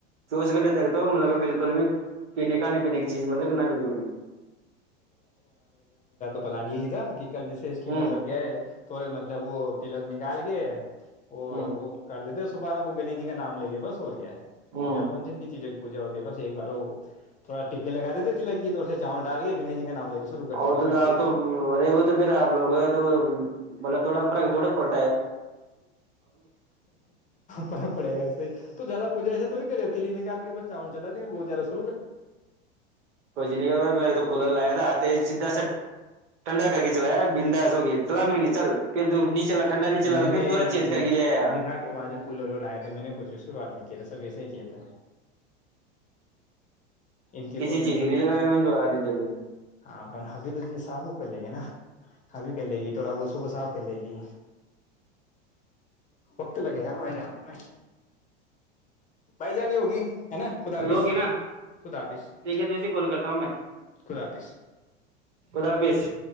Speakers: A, on the right (about 80°); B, on the left (about 20°).
A: چوبیس گھٹے تک تو مطلب بالکل بھی پینے کھانے پینے کی چیز مطلب کہ بالکل بھی
B: پل نہیں یہ تھا کہ کل جیسے اس کی
A: ہوں
B: مطلب کہ تھوڑے مطلب وہ تلک نکال کے اور
A: ہوں
B: وہ کر دیتے صبارم وہ گنیش جی کا نام لے بس ہو اور گیا
A: ہوں
B: پوجا کون سین کی چیزیں کی پوجا ہوتی ہے بس ایک بار ہو تھوڑا ٹپکی لگا دیتے تلکی تو چاول ڈال کے گنیش جی کا نام لے کے شروع کر دیتا
A: اور تو
B: میں
A: آپ
B: یہ پلان
A: تو رہے ہو تو پھر آپ لوگ تو مطلب تھوڑا فرق تھوڑے پڑ
B: فرق پڑے گا ایسے ہی تو زیادہ پوجا ایس توھوری کرے نہیں کر رہتی لیکن آ کے پا چاول چلا لیکن دو ہہ
A: کچھ نہیں کیا میر تو کولر لایا تھا آتے سیدھا سا ٹھنڈا کر کے چلایا بنداس ہوگئی فلاح من کی چل پھر نہیں چلا ٹھنڈا نہیں چلا
B: میں
A: تو پھر
B: نے
A: دورہ چینج کر
B: نکھا
A: کے لے آیا
B: کے بعد جو کولولو آئے تھے میں نے کچھ شروعات نہیں کیا تھا سب ایسے ہی کیے تھے ان کی
A: کسی
B: تو میے
A: چیز
B: نے
A: نہیں لگایا میں نے دو آ دن تک
B: ہاں ابھی تو صابوپ لیں گے نا ابھی کر لے گی تھوڑا بہت صبح صاف کر لے گی وقت لگے گا نا بھائی جان اس میں بھائی جان ہی ہوگی ہے نا خدا حافظ
A: ہوگی نا
B: خدا حافظ
A: ٹھیک ہے دوسری کال کرتا ہوں میں
B: خدا حافظ
A: خدا حافظ